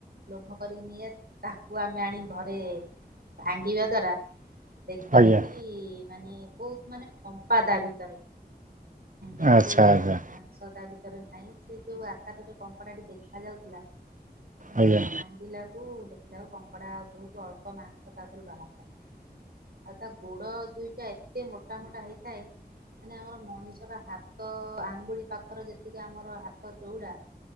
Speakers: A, on the right (about 70°); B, on the right (about 55°).
A: ଲୋଭ କରିକି ନେଇଆସିି ତାହାକୁ ଆମେ ଆଣି ଘରେ ଭାଙ୍ଗିବା ଦ୍୍ୱାରା ଦେଖିଲୁ
B: ଆଜ୍ଞା
A: କି ମାନେ ବହୁତ ମାନେ ପମ୍ପା ତା ଭିତରେ ବେଶି
B: ଆଚ୍ଛା ଆଜ୍ଞା
A: ସଦା ଭ ଭାଇ ସେ ଯୋଉ ଆକାରରେ କଙ୍କଡାଟି ଦେଖାଯ ଯାଉଥିଲା କିୁ
B: ଆଜ୍ଞା
A: ଆମେ ଭା ପିଲାକୁ ଦେଖିଲାକୁ କଙ୍କଡ଼ା ବହୁତ ଅଳ୍ପ ମାସ ତା ଦେହରୁ ବାହାରଥା ଆଉ ତା ଗୋଡ ଦୁଇଟା ଏତେ ମୋଟା ମୋଟା ହେଇଥାଏ। ମାନେ ଆମର ମଣିଷର ହାତ ଆଙ୍ଗୁଳି ପାଖରେ ଯେତିକି ଆମର ହାତ ଚଉଡା